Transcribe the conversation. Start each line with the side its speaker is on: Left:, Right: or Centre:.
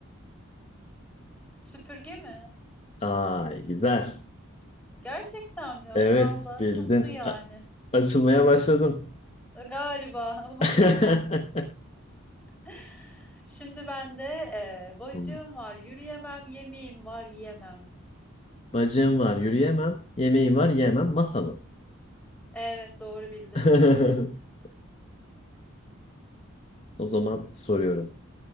Centre: Süpürge mi?
Left: Ay güzel.
Centre: Gerçekten mi? Vallahi
Left: Evet bildin.
Centre: tuttu yani.
Left: A- açılmaya başladım.
Centre: Galiba <laughs> umarım.
Left: <laughs>
Centre: <laughs> Şimdi bende e, bacağım
Left: Hmm.
Centre: var, yürüyemem, yemeğim var, yiyemem.
Left: Bacağım var
Centre: Hmm.
Left: yürüyemem. Yemeğim var yemem. Masa mı?
Centre: Evet doğru bildin.
Left: <laughs> O zaman soruyorum.